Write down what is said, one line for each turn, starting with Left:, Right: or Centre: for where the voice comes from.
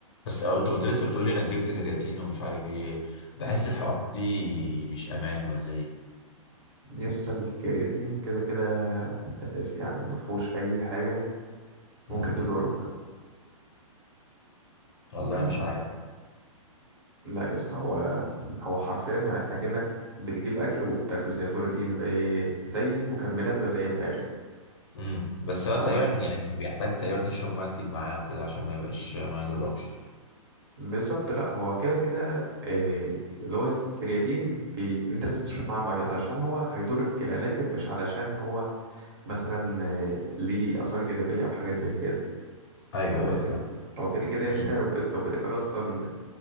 Left: بس انت كنت لسه بتقولي انا جبت كرياتين ومش عارف ايه بحس
Right: مم.
Left: الحوارات دي مش امان ولا ايه
Right: يسطا الكرياتين كده كده أساسي يعني مفهوش أي حاجة ممكن
Left: امم
Right: تضرك
Left: والله
Right: تمام
Left: مش عارف
Right: لا يسطا هو هو حرفيا يعني أكنك بتجيب أكل وبتاكله زي بروتين زي زي مكملات غذائية من الآخر
Left: امم بس هو
Right: لا
Left: تقريبا
Right: لا
Left: يعني بيحتاج تقريبا تشرب ميه كتير معاه وكده عشان ما يبقاش ما يضركش
Right: بالظبط لا هو كده كده إيه، اللي هو الكرياتين بي... انت لازم تشرب معاه ميه علشان هو هيضر الكلى لكن مش علشان هو مثلا إيه، ليه اثار جانبيه او حاجات زي كده
Left: ايوه
Right: فاهم قصدي
Left: ايوه فاهم
Right: هو كده كده
Left: امم
Right: انت لو بت- لو بتاكل اصلا